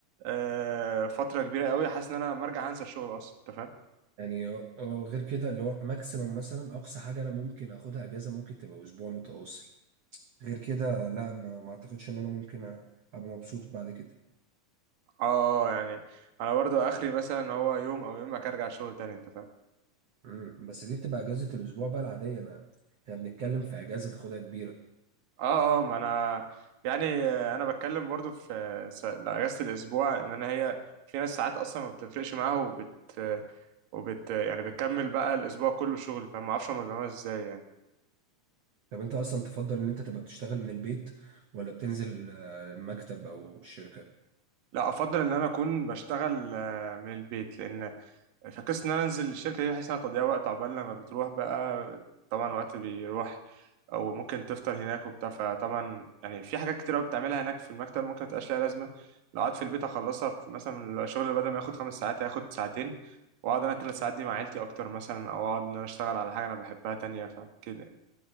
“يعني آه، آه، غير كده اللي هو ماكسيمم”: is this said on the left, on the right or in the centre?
Right